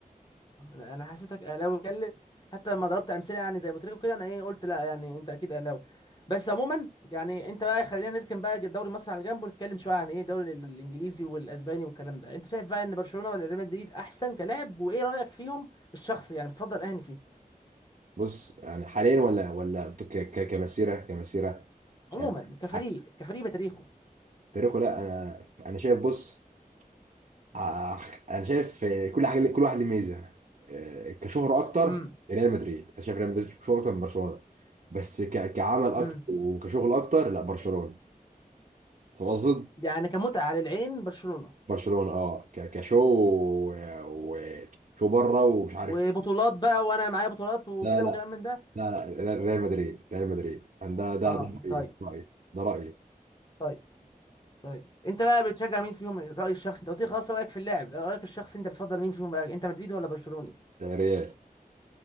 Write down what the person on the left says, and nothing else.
انا أنا حسيتك اهلاوي بتكلم حتى لما ضربت امثله يعني زي بوتريكو كده انا ايه قلت لا يعني انت اكيد اهلاوي بس عموما يعني انت بقى خلينا نركن بقى دوري مصر على جنب ونتكلم شويه عن ايه الدوري ال- الانجليزي والاسباني والكلام ده انت شايف بقى ان برشلونه ولا ريال مدريد احسن كلاعب وايه رايك فيهم الشخصي يعني بتفضل اهني فيهم
عموما
كفريق
كفريق بتاريخه
امم
امم
يعني كمتعه للعين برشلونه
وبطولات بقى وانا معايا بطولات وكده
وكلام من ده
اه
طيب
طيب طيب انت بقى بتشجع مين فيهم رأي الشخص انت قلت لي خلاص رأيك في اللاعب رأيك الشخصي انت بتفضل مين فيهم بقى انت مدريدي ولا برشلوني